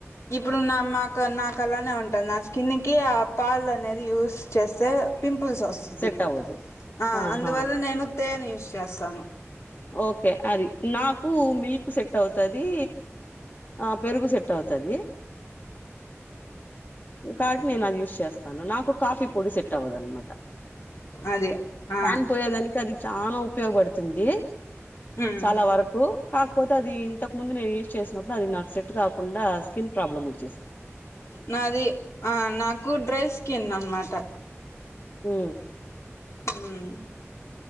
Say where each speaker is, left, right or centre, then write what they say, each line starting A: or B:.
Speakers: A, on the left; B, on the left.
A: ఇప్పుడు నా మాకు నాకు అలానే ఉంటుంది అని నా స్కిన్ కి ఆ పాల్ అనేది యూస్ చేస్తే పింపుల్ పుల్స్ వస్తుంది
B: సెట్ అవ్వదు
A: ఆ
B: ఆహా
A: అందువల్ల నేను తేనె చేస్తాను
B: ఓకే అది నాకు మిల్క్ సెట్ అవుతాది ఆ పెరుగు సెట్ అవుతది కాబటి నేను అది యూజ్ చేస్తాను నాకు కాఫీ పొడి సెట్ అవ్వదు అనమాట
A: అదే ఆ
B: క్యాన్ పోయేదానికి అది చాన ఉపయోగపడుతుంది తుంది
A: ఉమ్
B: చాల వరకు ఆపోతే తది ఇంతకు ముందు నేను యూజ్ చేసిన అది నాకు సెట్ కాకుండా స్కిన్ ప్రాబ్లమ్ ఉంది
A: నాది ఆ నాకు డ్రెస్ కిందనమాట
B: హు
A: హుమ్